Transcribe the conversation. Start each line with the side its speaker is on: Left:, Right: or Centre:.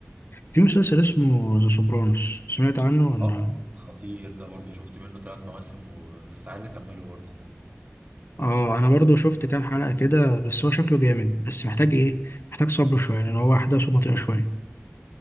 Left: في مسلسل اسمه ذا سوبرانوس سمعت عنه ولا
Right: اه خطير ده برضو شفت منه تلات مواسم وبس عايز أكمله برضو ده
Left: اه انا برضو شفت كام حلقة كده بس هو شكله جامد بس محتاج ايه محتاج صبر شوية لان هو احداثه بطيئة شوية